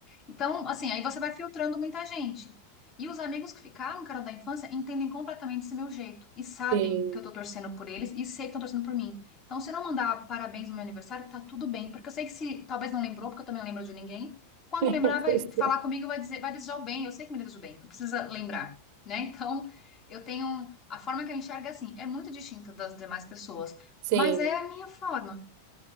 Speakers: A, on the left (about 30°); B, on the right (about 45°).
A: Então, assim, aí você vai filtrando muita gente. E os amigos que ficaram, cara, da infância, entendem completamente esse meu jeito e sabem
B: Sim.
A: que eu tô torcendo por eles e sei que estão torcendo por mim. Então, se eu não mandar parabéns no meu aniversário, tá tudo bem, porque eu sei que se talvez não lembrou, porque eu também não lembro de ninguém. Quando
B: <laughs>
A: lembrar, vai
B: Pois
A: falar
B: é.
A: comigo, e vai dizer, vai desejar o bem. Eu sei que me deseja o bem, não precisa lembrar, né? Então, eu tenho um, a forma que eu enxergo é assim, é muito distinta das demais pessoas,
B: Sim.
A: mas é a minha forma.